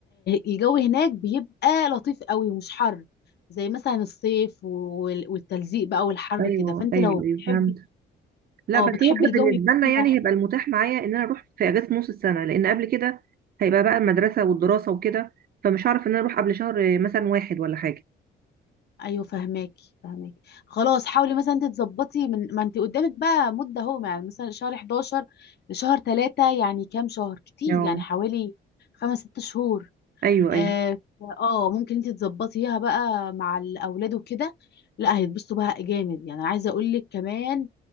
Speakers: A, on the left; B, on the right.
A: الجو هناك بيبقى لطيف قوي ومش حر زي مثلا الصيف وال- والتلزيق بقى والحر
B: ايوه
A: كده فانت
B: ايوه
A: لو بتحبي
B: ايوه فهمت لا
A: اه
B: بس
A: بتحبي
B: هو احنا
A: الجو
B: بالنسبه
A: يكون
B: لنا يعني
A: حلو
B: هيبقى المتاح معايا ان انا اروح في اجازه نص السنه لان قبل كده هيبقى بقى المدرسه والدراسه وكده فمش هعرف ان انا اروح قبل شهر آه، مثلا واحد ولا حاجه
A: ايوه فهماكي فهماكي خلاص حاولي مثلا انت تظبطي من ما انت قدامك بقى مده اهو يعني مثلا شهر 11 لشهر 3 يعني كام شهر كتير
B: اه
A: يعني حوالي خمس ست شهور
B: ايوه
A: اه
B: ايوه
A: آه، ممكن انت تظبطيها بقى مع الاولاد وكده لا هيتبسطوا بقى جامد يعني عايزه اقول لك كمان